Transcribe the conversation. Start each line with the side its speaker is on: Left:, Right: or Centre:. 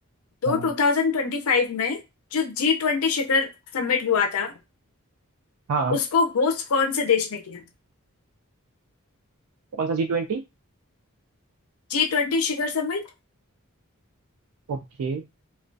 Left: तो
Right: हाँ
Left: 2025 में जो जी ट्वेंटी शिखर समिट हुआ था
Right: हाँ
Left: उसको होस्ट कौन से देश ने किया
Right: कौन सा जी ट्वेंटी
Left: जी ट्वेंटी शिखर समिट
Right: ओके